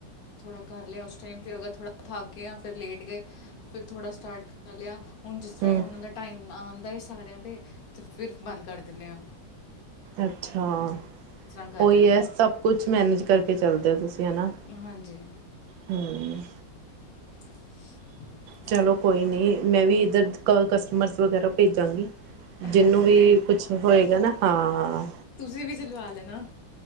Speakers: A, on the left; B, on the right.
A: ਥੋੜਾ ਕਰ ਲਿਆ ਉਸ ਟਾਈਮ ਤੇ ਅਗਰ ਥੋੜਾ ਥੱਕ ਗਿਆਂ ਫੇਰ ਲੇਟ ਗਏ, ਫੇਰ ਥੋੜਾ ਸਟਾਰਟ ਕਰ ਲਿਆ, ਹੁਣ ਜਿਸ ਤਰਾਂ
B: ਹੂੰ
A: ਈ ਉਨਾਂ ਦਾ ਟਾਈਮ ਆਂਉਦਾ ਈ ਸਾਰਿਆ ਤੇ, ਤੇ ਫਿਰ ਬੰਦ ਕਰ ਦਿੰਦੇ ਆਂ।
B: ਅੱਛਾ,
A: ਕਰ
B: ਓਹੀ
A: ਲੈਂਦੇ
B: ਐ
A: ਆ
B: ਸਭ ਕੁੱਛ ਮੈਨੇਜ ਕਰਕੇ ਚੱਲਦੇ ਹੋ ਤੁਸੀ ਹਨਾ
A: ਹਾਂਜੀ।
B: ਹੂੰ।
A: <inaudible>
B: ਚਲੋ ਕੋਈ ਨੀ ਮੈਂ ਵੀ ਇੱਧਰ ਕ ਕਸਟਮਰਸ ਵਗੈਰਾ ਭੇਜਾਂਗੀ।
A: ਹਾਂਜੀ
B: ਜਿਹਨੂੰ ਵੀ ਕੁੱਛ ਹੋਏਗਾ ਨਾ, ਹਾਂ
A: ਤੁਸੀ ਵੀ ਸਿਲਵਾ ਲੈਨਾ।